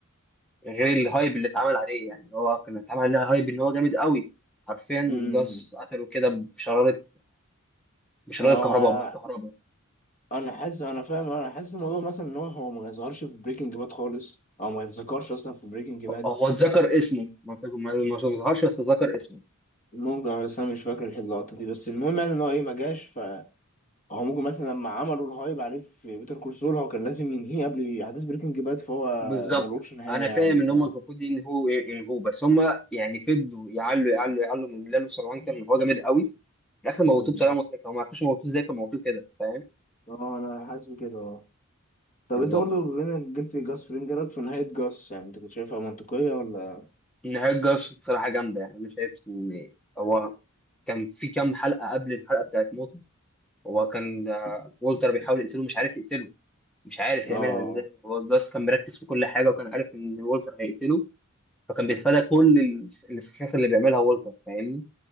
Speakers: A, in the centre; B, on the left.
A: غير الهايب اللي اتعمل عليه يعني هو كان اتعمل عليه هايب ان هو جامد قوي حرفيا
B: امم
A: جاس قتله كده بشرارة بشرارة
B: ما هو
A: كهرباء بماس كهرباء
B: أنا حاسس أنا فاهم أنا حاسس الموضوع مثلا إن هو هو ما يظهرش في بريكنج باد خالص أو ما يتذكرش أصلا في بريكنج باد
A: هو اتذكر اسمه ما ما- ما ظهرش بس اتذكر اسمه
B: ممكن بس أنا مش فاكر اللقطة دي بس المهم يعني إن هو إيه ما جاش فهو ممكن مثلا لما عملوا الهايب عليه في بيتر كورسول هو كان لازم ينهيه قبل أحداث بريكنج باد فهو
A: بالظبط
B: ملوش نهاية
A: انا
B: يعني
A: فاهم ان
B: ف
A: هم المفروض ان هو ان هو بس هم يعني فضلوا يعلوا يعلوا يعلوا من لالو سلوان كان هو جامد قوي في الاخر موتوه
B: امم
A: بطريقه مضحكه هم ما عرفوش موتوه ازاي فموتوه كده فاهم
B: اه أنا حاسس بكده طب
A: بالظبط
B: انت برضو بما انك جبت جاس فرينج إيه رأيك في نهاية جاس يعني انت كنت شايفها منطقية ولا
A: نهايه جاس بصراحه جامده يعني انا شايف ان هو كان في كام حلقه قبل الحلقه بتاعت موت هو كان آه، والتر بيحاول يقتله مش عارف يقتله مش عارف
B: اه
A: يعملها ازاي هو جاس كان مركز في كل حاجه وكان عارف ان والتر هيقتله فكان بيتفادى كل ال- الفخاخ اللي بيعملها والتر فاهمني